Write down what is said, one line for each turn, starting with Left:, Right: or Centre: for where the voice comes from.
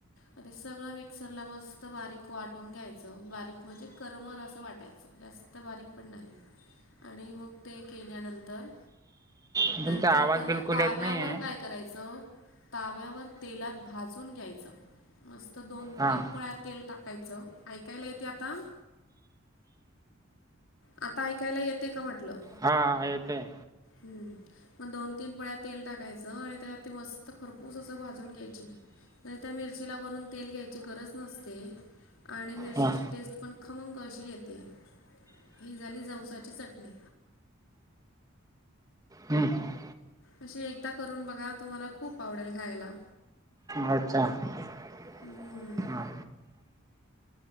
Left: आणि सगळं मिक्सरला मस्त बारीक वाटून घ्यायचं. बारीक म्हणजे, करमरस वाटायचं जास्त. तर बारीक पण नाही, आणि मग ते केल्यानंतर
Right: तुमचा
Left: नंतर
Right: आवाज
Left: त्याला
Right: बिलकुल
Left: ताव्यावर
Right: येत नाही आहे
Left: काय करायचं. तव्यावर तेलात भाजून घ्यायचं, मस्त दोन
Right: हां
Left: तीन पळ्या तेल टाक कायचं ओ, ऐकायला येते आता. आता ऐकायला येते का म्हटलं.
Right: हः हा येतय.
Left: हम्म मग दोन तीन पळ्या तेल टाकायचं आणि त्याला, ते मस्त खरपूस अस भाजून घ्यायची. तर त्या मिरचीला, भरून तेल घ्यायची गरज नसते. आणि मिरचीची
Right: हां
Left: टेस्ट पण खमंग अशी येते ही, झाली जावसाची चटणी.
Right: हं.
Left: अे एकदा करून बघा, तुम्हाला खूप आवडेल खायला.
Right: अच्छा आ..
Left: हम्म.
Right: हा.